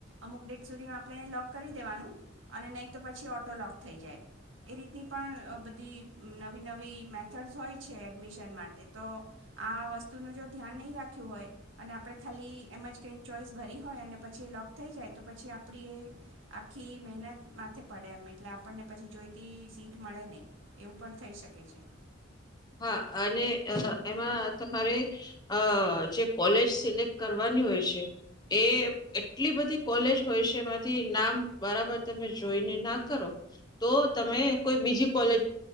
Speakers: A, on the right (about 70°); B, on the left (about 20°).
A: અમુક ડેટ સુધી આપણે એને લોક કરી દેવાનું અને નહી તો પછી ઓટો લોક થઈ જાય એી ની પણ બધી નવી ન નવી મેથડસ હોય છે એડમિશન માટે તો આ વસ્તુ વસ્તુનું જો ધ્યાન નહીં રાખ્યું હોય અને આપણે ખાલી એમ જ કંઈક ચોઈસ ભરી હોય અને પછી એ લોક થઈ જાય તો પછી આપણી એ આખી મહેનત માથે પડે એમ એટલે આપણને પછી જોઈતી સીટ મળે નહીં એવું પણ થઈ શકે છે
B: હા અને એમાં તમારે અ જે કોલેજ સિલેક્ટ કરવાની હોય છે એ એટલી બધી કોલેજ હોય છે એમાંથી નામ બરાબર તમે જોઈને ના કરો તો તમે કોઈ બીજી કોલેજ